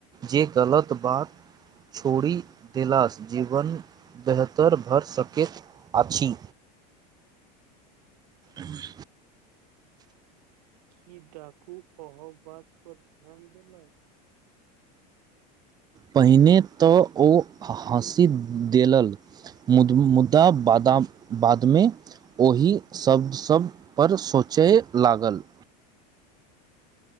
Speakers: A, on the right; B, on the right.
A: जे गलत बात छोड़ि देलासँ जीवन बेहतर भऽ सकैत अछि ह <inaudible>
B: की डाकू तोहर बात पर ध्यान देलक
A: पहिने तऽ ओ हँसि देलल मुदा बादाम बादमे ओहि सब सबपर सोचय लागल